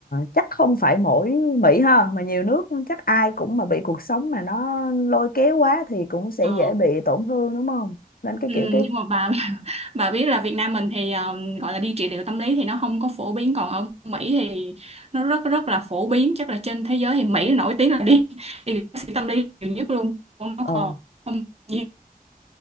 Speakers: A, on the left; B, on the right.
A: chắc không phải mỗi Mỹ ha mà nhiều nước chắc ai cũng mà bị cuộc sống mà nó lôi kéo quá thì cũng sẽ
B: Ờ.
A: dễ bị tổn thương đúng không nên cái
B: ừ,
A: kiểu cái
B: nhưng mà bà <laughs> bà biết là Việt Nam mình thì ờ, gọi là đi trị liệu tâm lý thì nó không có phổ biến còn ở Mỹ thì nó rất rất là phổ biến chắc là trên thế giới thì Mỹ nổi tiếng là đi <laughs> đi gặp bác sĩ tâm lý nhiều nhất luôn nó
A: ừ
B: còn không nhiều